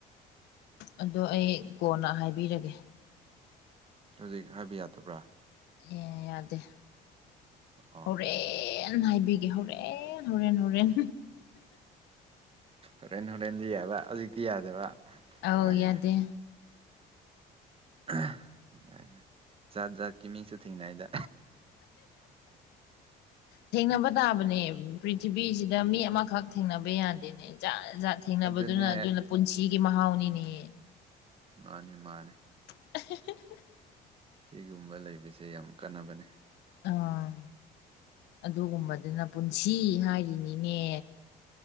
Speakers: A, on the left (about 85°); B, on the right (about 35°).
A: ꯑꯗꯣ ꯑꯩ ꯀꯣꯟꯅ ꯍꯥꯏꯕꯤꯔꯒꯦ
B: ꯍꯧꯖꯤꯛ ꯍꯥꯏꯕ ꯌꯥꯗꯕ꯭ꯔꯥ
A: ꯑꯦ ꯌꯥꯗꯦ
B: ꯑꯣ
A: ꯍꯣꯔꯦꯟ ꯀꯟꯅ ꯍꯥꯏꯕꯤꯒꯦ ꯍꯣꯔꯦꯟ ꯍꯣꯔꯦꯟ ꯍꯣꯔꯦꯟ
B: ꯍꯣꯔꯦꯟ ꯍꯣꯔꯦꯟ ꯗꯤ ꯌꯦꯑꯕ ꯍꯧꯖꯤꯛꯇꯤ ꯌꯥꯗꯕ
A: ꯑꯧ
B: ꯌꯥꯏ
A: ꯌꯥꯗꯦ
B: ꯌꯥꯏ ꯑ ꯖꯥꯠ ꯖꯥꯠꯀꯤ ꯃꯤꯁꯨ ꯊꯦꯡꯅꯥꯏꯗ
A: ꯊꯦꯡꯅꯕ ꯇꯥꯕꯅꯦ ꯄ꯭ꯔꯤꯊꯤꯕꯤꯁꯤꯗ
B: ꯎꯝ
A: ꯃꯤ ꯑꯃꯈꯛ ꯊꯦꯡꯅꯕ ꯌꯥꯗꯦꯅꯦ ꯖꯥꯠꯖꯥꯠ ꯊꯦꯡꯅꯕꯗꯨꯅ
B: ꯑꯗꯨꯅꯦ
A: ꯑꯗꯨꯅ ꯄꯨꯟꯁꯤꯒꯤ ꯃꯍꯥꯎꯅꯤꯅꯦ
B: ꯃꯥꯅꯤ ꯃꯥꯅꯤ
A: <unintelligible>
B: ꯁꯤꯒꯨꯝꯕ ꯂꯩꯕꯁꯦ ꯌꯥꯝ ꯀꯥꯟꯅꯕꯅꯦ꯫
A: ꯑꯥ ꯑꯗꯨꯒꯨꯝꯕꯗꯨꯅ ꯄꯨꯟꯁꯤ ꯍꯥꯏꯔꯤꯅꯤꯅꯦ꯫